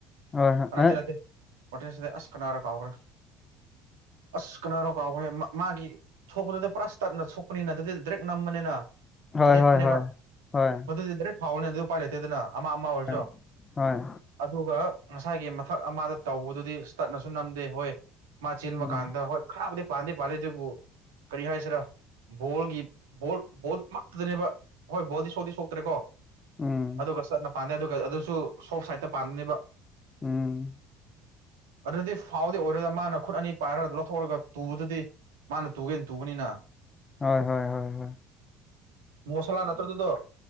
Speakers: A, on the left; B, on the right.
A: ꯍꯣꯏ ꯍꯣꯏ
B: ꯅꯠꯇꯦ
A: ꯑꯦ
B: ꯅꯠꯇꯦ ꯃꯔꯇꯤꯅꯦꯁ ꯅꯠꯇꯦ ꯑꯁ ꯀꯅꯔ ꯀꯥꯎꯒ꯭ꯔꯦ ꯑꯁ ꯀꯅꯥꯅꯣ ꯀꯥꯎꯈ꯭ꯔꯦ ꯃꯥ ꯃꯥꯒꯤ ꯊꯣꯛꯄꯗꯨꯗꯤ ꯄꯨꯔꯥ ꯏꯁꯇꯠꯅ ꯁꯣꯛꯄꯅꯤꯅ ꯑꯗꯨꯗ ꯗꯥꯏꯔꯦꯛ ꯅꯝꯕꯅꯤꯅ
A: ꯍꯣꯏ
B: ꯅꯦꯠꯄꯅꯦꯕ
A: ꯍꯣꯏ ꯍꯣꯏ ꯍꯣꯏ
B: ꯃꯗꯨꯗꯤ ꯗꯥꯏꯔꯦꯛ ꯐꯥꯎꯅꯦ ꯑꯗꯨ ꯎꯄꯥꯏ ꯂꯩꯇꯦꯗꯅ ꯑꯃ ꯑꯃ ꯑꯣꯏꯔꯁꯨ
A: ꯍꯣꯏ ꯍꯣꯏ
B: ꯑꯗꯨꯒ ꯉꯁꯥꯏꯒꯤ ꯃꯊꯛ ꯑꯃꯗ ꯇꯧꯕꯗꯨꯗꯤ ꯏꯁꯇꯠ ꯅꯁꯨ ꯅꯝꯗꯦ ꯍꯣꯏ ꯃꯁꯦ
A: ꯎꯝ
B: ꯀꯥꯟꯗ ꯍꯣꯏ ꯈꯔꯕꯨꯗꯤ ꯄꯥꯟꯗꯤ ꯄꯥꯜꯂꯦ ꯑꯗꯨꯕꯨ ꯀꯔꯤ ꯍꯥꯏꯁꯤꯔ ꯕꯣꯜꯒꯤ ꯕꯣꯜ ꯕꯣꯜ ꯃꯛꯇꯗꯅꯦꯕ ꯍꯣꯏ ꯕꯣꯜꯗꯤ ꯁꯣꯛꯇꯤ ꯁꯣꯛꯇ꯭ꯔꯦꯀꯣ
A: ꯎꯝ
B: ꯑꯗꯨꯒ ꯆꯠꯅ ꯄꯥꯟꯗꯦ ꯑꯗꯨꯒ ꯑꯗꯨꯁꯨ ꯁꯣꯞ ꯁꯥꯏꯗ ꯄꯥꯟꯕꯅꯦꯕ
A: ꯎꯝ
B: ꯑꯗꯨꯗꯤ ꯐꯥꯎꯗꯤ ꯑꯣꯏꯔꯣꯏꯗꯥ ꯃꯥꯅ ꯈꯨꯠ ꯑꯅꯤ ꯄꯥꯏꯔ ꯂꯧꯊꯣꯛꯔꯒ ꯇꯨꯕꯗꯨꯗꯤ ꯃꯥꯅ ꯇꯨꯒꯦꯅ ꯇꯨꯕꯅꯤꯅ
A: ꯍꯣꯏ ꯍꯣꯏ ꯍꯣꯏ ꯍꯣꯏ
B: ꯃꯣꯁꯂꯥ ꯅꯠꯇ꯭ꯔꯗꯨꯗꯣ